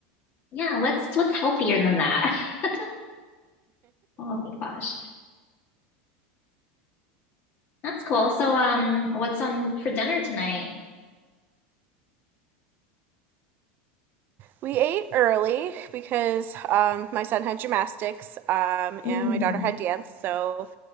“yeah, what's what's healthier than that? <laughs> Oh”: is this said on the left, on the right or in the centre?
Left